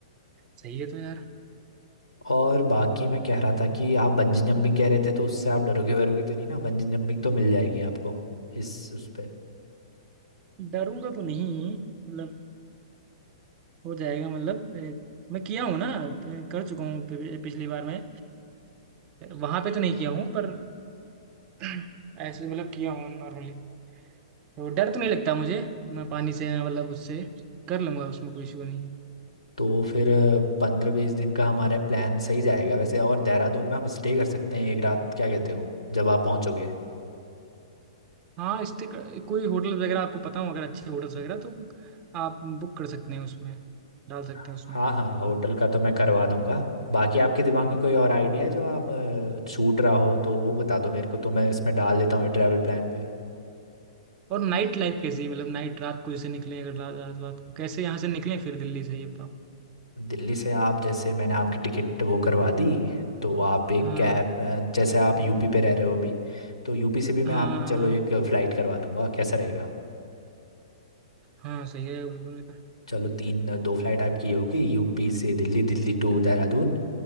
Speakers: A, on the right; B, on the left.
A: सही है तो यार
B: और बाकी मैं कह रहा था कि आप बंजी जंपिंग कह रहे थे तो उससे आप डरोगे वरोगे तो नहीं ना बंजी जंपिंग तो मिल जाएगी आपको इस उस पे
A: डरूंगा तो नहीं मतलब हो जाएगा मतलब ए, मैं किया हूँ ना ए, कर चुका हूँ पि- पिछली बार मैं वहां पे तो नहीं किया हूँ पर <clears throat> ऐसे मतलब किया हूँ नॉर्मली तो डर तो नहीं लगता मुझे ना पानी से ना मतलब उससे कर लूंगा उसमें कोई इशू नहीं है
B: तो फिर पंद्रह बीस दिन का हमारा प्लान सही जाएगा वैसे और देहरादून में हम स्टे कर सकते हैं एक रात क्या कहते हो जब आप पहुँचोगे
A: हाँ स्टे कोई होटल वगैरह आपको पता हो अगर अच्छे होटल्स वगैरह तो आप बुक कर सकते हैं उसमें डाल सकते
B: हाँ
A: हैं उसमें
B: हाँ होटल का तो मैं करवा दूंगा बाकी आपके दिमाग में कोई और आइडिया है जो आप अ, छूट रहा हो तो वो बता दो मेरे को तो मैं इसमें डाल देता हूँ ये ट्रैवल प्लान पे
A: और नाइट लाइफ कैसी है मतलब नाइट रात को जैसे निकलें अगर रा- रात रात को कैसे यहाँ से निकलें फिर दिल्ली से ये बताओ
B: दिल्ली से आप जैसे मैंने आपकी टिकट वो करवा दी तो आप एक
A: हाँ
B: कैब अ, जैसे आप यूपी पे रह रहे हो अभी तो यूपी से भी मैं
A: हाँ
B: आपकी चलो
A: हाँ
B: एक फ्लाइट करवा दूंगा कैसा रहेगा
A: हाँ, सही है बिल्कुल
B: चलो तीन दो फ्लाइट आपकी ये होगी यूपी से दिल्ली दिल्ली टू देहरादून